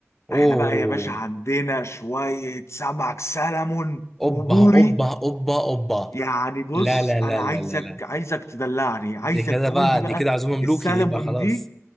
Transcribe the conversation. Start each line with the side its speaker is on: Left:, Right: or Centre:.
Centre: أوه
Left: احنا بقى يا باشا عندنا شوية سمك سلمون
Centre: اوبا
Left: وبوري
Centre: اوبا اوبا اوبا
Left: يعني بص
Centre: لا لا لا
Left: انا عايزك
Centre: لا لا لا
Left: عايزك تدلعني عايزك
Centre: دي كده
Left: تقول
Centre: بقى
Left: لي بقى
Centre: دي كده عزومه ملوكي
Left: السلمون
Centre: دي بقى خلاص
Left: دي